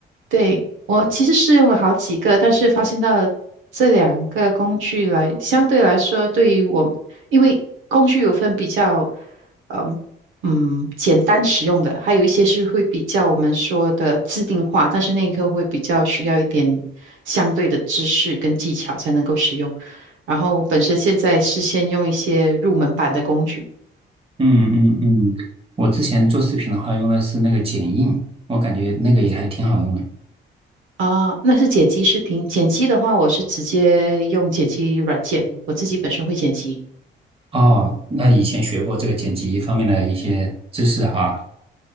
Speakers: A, on the right (about 80°); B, on the right (about 30°).
A: 对，我其实试用了好几个，但是发现到这两个工具来，相对来说，对于我，因为工具有分比较，嗯嗯，简单使用的，还有一些是会比较我们说的自定化，但是那一刻会比较需要一点相对的知识跟技巧才能够使用。然后本身现在是先用一些入门版的工具。
B: 嗯嗯嗯，我之前做视频的话用的是那个剪映，我感觉那个也还挺好用的。
A: 啊，那是剪辑视频。剪辑的话，我是直接用剪辑软件，我自己本身会剪辑。
B: 哦，那以前学过这个剪辑方面的一些知识哈。